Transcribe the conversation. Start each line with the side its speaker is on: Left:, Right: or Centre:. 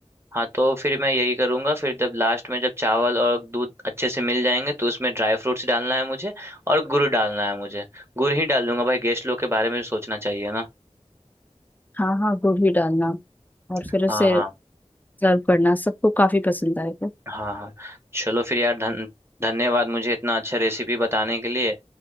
Right: हाँ तो फिर मैं यही करूंगा फिर जब लास्ट में जब चावल और दूध अच्छे से मिल जाएंगे तो उसमें ड्राई फ्रूट्स डालना है मुझे और गुड़ डालना है मुझे गुड़ ही डाल दूंगा भाई गेस्ट लोग के बारे में भी सोचना चाहिए ना
Left: हाँ हाँ गुड़ भी डालना और
Right: हाँ
Left: फिर उसे
Right: हाँ
Left: सर्व करना सबको काफी पसंद आएगा
Right: हाँ हाँ चलो फिर यार धन धन्यवाद मुझे इतना अच्छा रेसिपी बताने के लिए